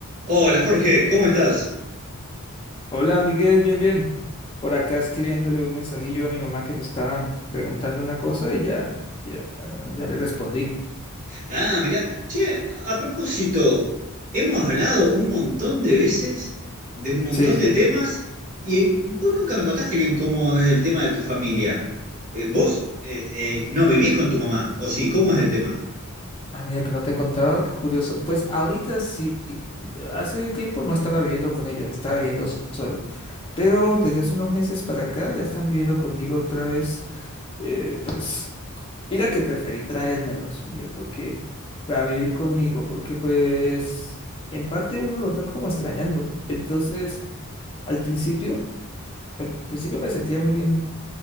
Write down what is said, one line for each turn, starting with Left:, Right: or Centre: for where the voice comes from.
Right: Hola Jorge, ¿cómo estás?
Left: Hola Miguel, bien, bien. Por acá escribiéndole un mensajillo a mi mamá que me estaba preguntando una cosa y ya, ya, ya le respondí.
Right: Ah, mirá, che, a propósito, hemos hablado un montón de veces de un montón
Left: Sí, sí.
Right: de temas y vos nunca me contaste bien cómo es el tema de tu familia. Eh, ¿vos eh, eh, no vivís con tu mamá? ¿O sí? ¿Cómo es el tema?
Left: Ah, mira, que no te he contado, qué curioso. Pues ahorita sí, hace tiempo no estaba viviendo con ellos, estaba viviendo solo. Pero desde hace unos meses para acá ya están viviendo conmigo otra vez. Eh, pues mira que preferí traérmelos, Miguel, porque para vivir conmigo, porque pues en parte uno los va como extrañando. Entonces... Al principio, al principio me sentía muy bien